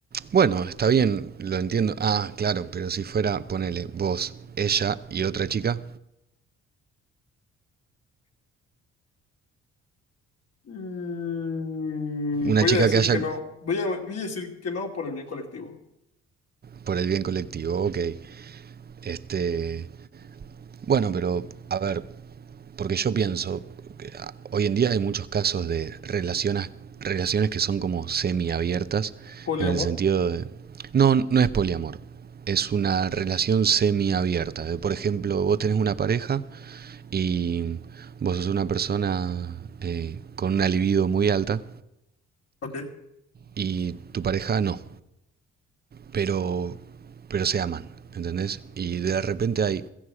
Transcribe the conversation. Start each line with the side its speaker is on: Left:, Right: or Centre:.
Right: Bueno, está bien, lo entiendo. Ah, claro, pero si fuera, ponele, vos, ella y otra chica.
Left: Mm,
Right: Una
Left: voy
Right: chica
Left: a decir
Right: que haya
Left: que no. Voy a, voy a decir que no por el bien colectivo.
Right: por el bien colectivo, ok. Este, bueno, pero a ver, porque yo pienso, hoy en día hay muchos casos de relaciones, relaciones que son como semiabiertas,
Left: Poliamor.
Right: en el sentido de... No, no es poliamor, es una relación semiabierta. de, Por ejemplo, vos tenés una pareja y vos sos una persona eh, con una libido muy alta
Left: Ok.
Right: y tu pareja no, pero, pero se aman, ¿entendés? Y de repente hay